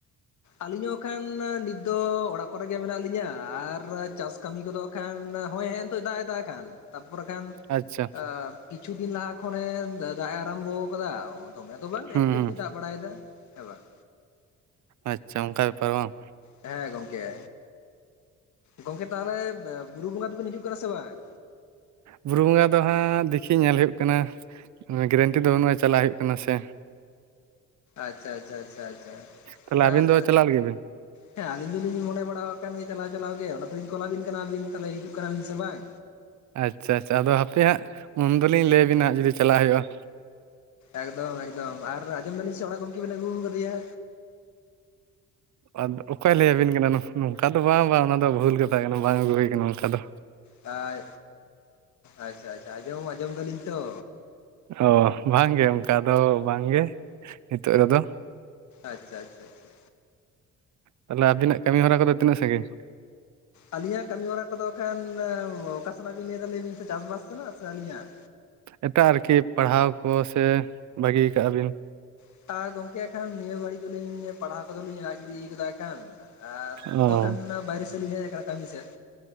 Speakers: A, on the left; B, on the right.
A: ᱟᱹᱞᱤᱧ ᱦᱚᱸ ᱠᱷᱟᱱ ᱱᱤᱛ ᱫᱚ ᱚᱲᱟᱜ ᱠᱚᱨᱮᱜ ᱜᱮ ᱢᱮᱱᱟᱜ ᱞᱤᱧᱟᱹ ᱟᱨ ᱪᱟᱥ ᱠᱟᱹᱢᱤ ᱠᱚᱫᱚ ᱠᱷᱟᱱ ᱦᱭ ᱦᱮᱸ ᱱᱛ ᱫᱟᱜ ᱮᱫᱟ ᱠᱷᱟᱱ ᱛᱟᱨᱯᱚᱨ ᱠᱷᱟᱱ
B: ᱟᱪᱪᱷᱟ
A: ᱟᱸᱻ ᱠᱤᱪᱷᱩ ᱫᱤᱱ ᱞᱟᱦᱟ ᱠᱷᱚᱱᱮ ᱫᱟᱜ ᱮ ᱟᱨᱟᱢᱵᱚ ᱠᱟᱫᱟ ᱫᱚᱢᱮ ᱫᱚ ᱵᱟᱝ
B: ᱦᱩᱸ
A: ᱮᱠᱴᱩ
B: ᱦᱩᱸ
A: ᱮᱠᱴᱩ ᱫᱟᱜ ᱵᱟᱲᱟᱭᱮᱫᱟ, ᱦᱮᱸ ᱵᱟᱝ?
B: ᱟᱪᱷᱟ ᱚᱱᱠᱟ ᱵᱮᱯᱟᱨ ᱵᱟᱝ
A: ᱦᱮᱸ ᱜᱚᱝᱠᱮ ᱜᱚᱢᱠᱮ ᱛᱟᱦᱚᱞᱮ ᱵᱩᱨᱩ ᱵᱚᱸᱜᱟ ᱫᱚᱵᱮᱱ ᱦᱤᱡᱩᱜ ᱠᱟᱱᱟ ᱥᱮ ᱵᱟᱝ
B: ᱵᱩᱨᱩ ᱵᱚᱸᱜᱟ ᱫᱚ ᱦᱟᱸᱜ ᱫᱮᱠᱷᱤ ᱧᱮᱞ ᱦᱩᱭᱩᱜ ᱠᱟᱱᱟ ᱱᱚᱣᱟ ᱜᱮᱨᱮᱱᱴᱤ ᱫᱚ ᱵᱟᱹᱱᱩᱜ-ᱟ ᱪᱟᱞᱟᱜ ᱦᱩᱭᱩᱜ ᱠᱟᱱᱟ ᱥᱮ
A: ᱟᱪᱪᱷᱟ ᱟᱪᱪᱷᱟ ᱟᱪᱪᱷᱟ ᱟᱪᱪᱷᱟ
B: ᱛᱟᱦᱚᱞᱮ ᱟᱹᱵᱤᱱ
A: ᱟᱨ
B: ᱫᱚ ᱪᱟᱞᱟᱜ ᱞᱟᱹᱜᱤᱫ ᱵᱤᱱ
A: ᱦᱮᱸ ᱟᱹᱞᱤᱧ ᱫᱚᱞᱤᱧ ᱢᱚᱱᱮ ᱵᱟᱲᱟ ᱟᱠᱟᱱ ᱜᱮᱭᱟ ᱪᱟᱞᱟᱣ ᱪᱟᱞᱟᱣ ᱜᱮ ᱚᱱᱟ ᱛᱮᱞᱤᱧ ᱠᱚᱞᱟᱵᱤᱱ ᱠᱟᱱᱟᱵᱤᱱ ᱛᱟᱦᱚᱞᱮ ᱦᱤᱡᱩᱜ ᱠᱟᱱᱟᱞᱤᱧ ᱥᱮ ᱵᱟᱝ
B: ᱟᱪᱪᱷᱟ ᱟᱪᱪᱷᱟ ᱟᱫᱚ ᱦᱟᱯᱮ ᱦᱟᱸᱜ ᱩᱱ ᱫᱚᱞᱤᱧ ᱞᱟᱹᱭᱟᱤᱱᱟ ᱦᱟᱸᱜ ᱡᱩᱫᱤ ᱪᱟᱞᱟᱜ ᱦᱩᱭᱩᱜ-ᱟ
A: ᱮᱠᱫᱚᱢ ᱮᱠᱫᱚᱢ ᱟᱨ ᱟᱸᱡᱚᱢ ᱫᱟᱹᱤᱧ ᱥᱮ ᱚᱲᱟᱜ ᱜᱚᱢᱠᱮ ᱵᱮᱱ ᱟᱹᱜᱩ ᱟᱠᱟᱫᱮᱭᱟ
B: ᱟᱫᱚ ᱚᱠᱭ ᱞᱟᱹᱭᱟᱵᱤᱱ ᱠᱟᱱᱟ ᱱᱚᱝᱠᱟ ᱫᱚ ᱵᱟᱝ ᱵᱟᱝ ᱚᱱᱟ ᱫᱚ ᱵᱷᱩᱞ ᱠᱟᱛᱷᱟ ᱠᱟᱱᱟ ᱵᱟᱝ ᱟᱹᱜᱩ ᱦᱩᱭ ᱠᱟᱱᱟ ᱚᱱᱠᱟ ᱫᱚ
A: ᱟᱭ ᱟᱪᱪᱷᱟ ᱟᱪᱪᱷᱟ ᱟᱸᱡᱚᱢ ᱟᱸᱡᱚᱢ ᱫᱟᱞᱤᱧ ᱛᱚ
B: ᱚᱻ ᱵᱟᱝᱜᱮ ᱚᱱᱠᱟ ᱫᱚ ᱵᱟᱝᱜᱮ ᱱᱤᱛᱚᱜ ᱨᱮᱫᱚ
A: ᱟᱪᱪᱷᱟ ᱟᱪᱪᱷᱟ ᱟᱪᱪᱷᱟ
B: ᱛᱟᱦᱚᱞᱮ ᱟᱵᱱᱟᱜ ᱠᱟᱹᱢᱤ ᱦᱚᱨᱟ ᱠᱚᱫᱚ ᱛᱤᱱᱟᱹᱜ ᱥᱟᱺᱜᱤᱧ
A: ᱟᱹᱞᱤᱧᱟᱜ ᱠᱟᱹᱢᱤ ᱦᱚᱨᱟ ᱠᱚᱫᱚ ᱮᱠᱷᱟᱱ ᱚᱠᱟᱥᱱᱟᱜ ᱵᱤᱱ ᱞᱟᱹᱭ ᱫᱟ ᱞᱮᱭᱟᱵᱤᱱ ᱥᱮ ᱪᱟᱥᱵᱟᱥ ᱥᱮᱱᱟᱜ ᱥᱮ ᱟᱹᱞᱤᱧᱟᱜ
B: ᱮᱴᱟᱜ ᱟᱨᱠᱤ ᱯᱟᱲᱦᱟᱣ ᱠᱚ ᱥᱮ ᱵᱟᱹᱜᱤᱭᱟ ᱠᱟᱜ-ᱟ ᱵᱤᱱ
A: <unintelligible> ᱟ ᱜᱚᱝᱠᱮ ᱮᱱᱠᱷᱟᱱ ᱱᱤᱭᱟᱹ ᱵᱟᱹᱲᱤᱡ ᱫᱚᱞᱤᱧ ᱯᱟᱲᱦᱟᱣ ᱠᱚᱫᱚ ᱞᱤᱧ ᱟᱲᱟᱜ ᱜᱤᱰᱤ ᱠᱟᱫᱟ ᱮᱱᱠᱷᱟᱱ ᱟᱨ ᱱᱤᱛᱚᱜ
B: ᱚ
A: ᱠᱷᱟᱱ ᱵᱟᱭᱨᱮ ᱥᱮᱫ ᱞᱤᱧ ᱦᱮᱡ ᱟᱠᱟᱱᱟ ᱠᱟᱹᱢᱤ ᱥᱮᱫ